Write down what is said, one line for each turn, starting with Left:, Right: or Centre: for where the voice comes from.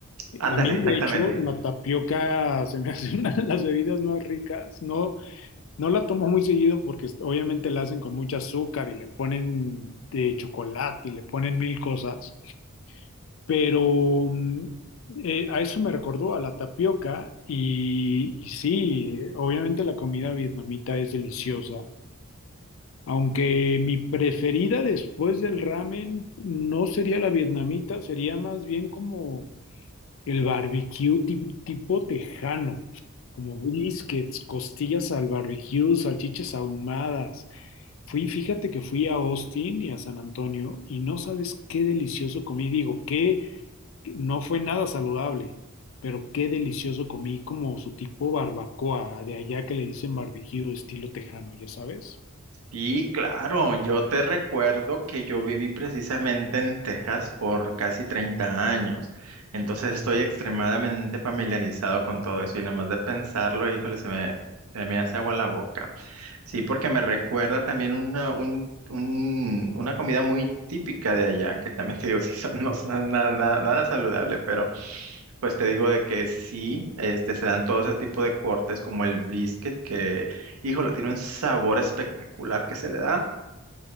Right: Ándale,
Left: A mí,
Right: exactamente.
Left: de hecho, la tapioca se me hace <laughs> una de las bebidas más ricas. No, no la tomo muy seguido porque obviamente la hacen con mucho azúcar y le ponen de chocolate y le ponen mil cosas. Pero mm, eh, a eso me recordó a la tapioca y, y sí, obviamente la comida vietnamita es deliciosa, aunque mi preferida después del ramen no sería la vietnamita, sería más bien como el barbecue ti- tipo tejano, como briskets, costillas al barbecue, salchichas ahumadas. Fui, fíjate que fui a Austin y a San Antonio y no sabes qué delicioso comí, digo, qué no fue nada saludable, pero qué delicioso comí como su tipo barbacoa, de allá que le dicen barbecue estilo tejano, ya sabes.
Right: Sí, claro, yo te recuerdo que yo viví precisamente en Texas por casi 30 años, entonces estoy extremadamente familiarizado con todo eso y nada más de pensarlo, híjole, se me, se me hace agua la boca. Sí, porque me recuerda también una, un, un- una comida muy típica de allá, que también te digo, <laughs> sí, son- no es nada, nada, nada nada saludable, pero pues te digo de que sí, este, se dan todo ese tipo de cortes como el brisket, que, híjole, tiene un sabor espectacular que se le da